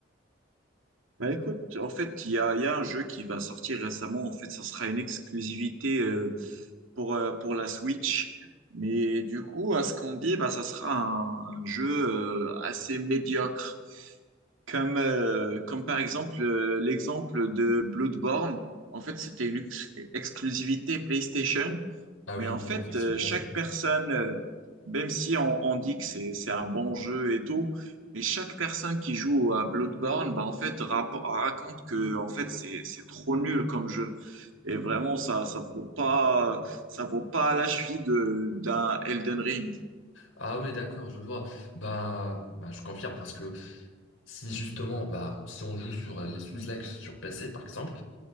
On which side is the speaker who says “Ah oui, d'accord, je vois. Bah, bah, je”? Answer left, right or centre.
Left